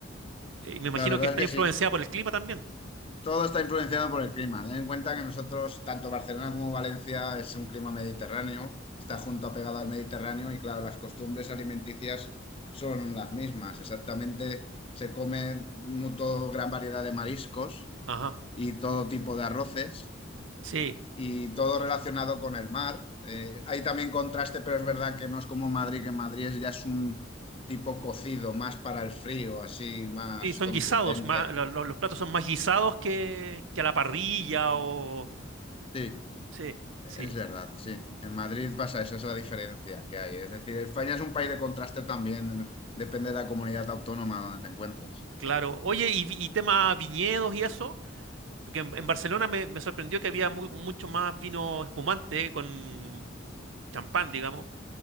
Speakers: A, on the right; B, on the left.
A: Eh, Y me imagino
B: La verdad
A: que está
B: es
A: influenciada
B: que sí.
A: por el clima también.
B: Todo está influenciado por el clima. Ten en cuenta que nosotros, tanto Barcelona como Valencia, es un clima mediterráneo, está junto a pegado al Mediterráneo y claro, las costumbres alimenticias son las mismas. Exactamente, se come mu- todo- gran variedad de mariscos
A: Ajá.
B: y todo tipo de arroces
A: Sí,
B: y todo relacionado con el mar. Eh, hay también contraste, pero es verdad que no es como Madrid, que en Madrid es- ya es un tipo cocido, más para el frío, así, más
A: Sí, son
B: contundente.
A: guisados, más, lo- lo- los, platos son más guisados que, que a la parrilla o...
B: Sí.
A: Sí,
B: Es
A: sí,
B: verdad,
A: sí,
B: sí. En Madrid pasa eso, es la diferencia que hay. Es decir, España es un país de contraste también, depende de la comunidad autónoma donde te encuentres.
A: claro. Oye, y, vi- y tema viñedos y eso, porque en, en Barcelona me, me sorprendió que había mu- mucho más vino espumante con champán, digamos.